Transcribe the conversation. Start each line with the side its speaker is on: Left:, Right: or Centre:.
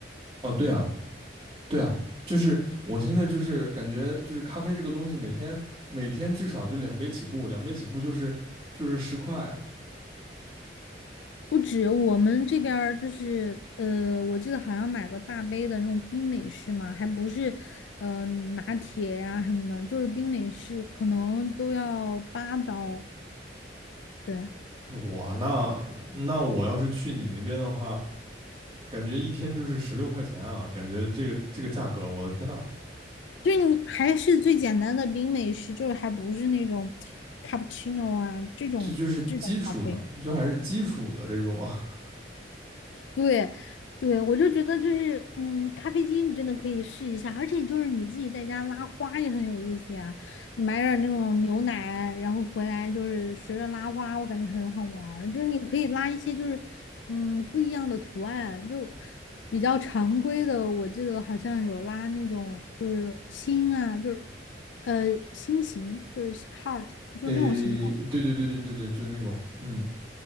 Right: 哦对啊，对啊，就是我现在就是感觉就是咖啡这个东西，每天每天至少就两杯起步，两杯起步就是就是十块。
Left: 不止我们这边儿就是呃，我记得好像买个大杯的那种冰美式嘛，还不是嗯、呃拿铁呀、什么的，就是冰美式可能都要八刀。对，
Right: 我那那我要是去你那边的话，感觉一天就是十六块钱啊，感觉这个这个价格，我的天呐，
Left: 就是你还是最简单的冰美式，就是还不是那种 cappuccino 啊这种这种咖啡。
Right: 这就是基础的，就还是基础的这种啊。<laughs>
Left: 对，对，我就觉得就是，嗯，咖啡机你真的可以试一下，而且就是你自己在家拉花也很有意思呀。你买点儿那种牛奶，然后回来就是学着拉花，我感觉很好玩儿。就是你可以拉一些就是，嗯，不一样的图案，就比较常规的。我记得好像有拉那种就是心啊，就是呃心形，就是 heart，就是那种形状。
Right: 诶，对对对对对对，就是那种嗯